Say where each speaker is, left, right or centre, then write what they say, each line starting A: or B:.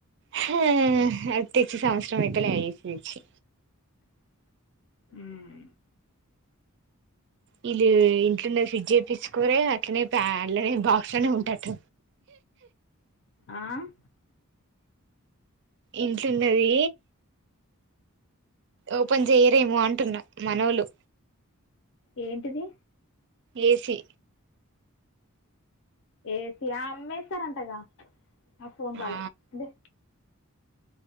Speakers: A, on the right; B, on the left.
A: హా అ తెచ్చి సమాచారం అతేలే తెచ్చి
B: ఉమ్
A: వీళ్ళ ఇంట్లున్న ఫ్రిడ్జ్ చేయించుకోరే అట్లానే పన్లనే బాక్స్ లోనే ఉంటట్
B: ఆ <inaudible>
A: ఇంట్లున్నది ఓపెన్ చేయరేమో అంటున్నా మనవులు
B: ఏంటిది
A: ఏసి
B: ఏ సియా అమ్మేస్తారంటగా నాకు ఫోన్ బాల
A: ఆ
B: అదే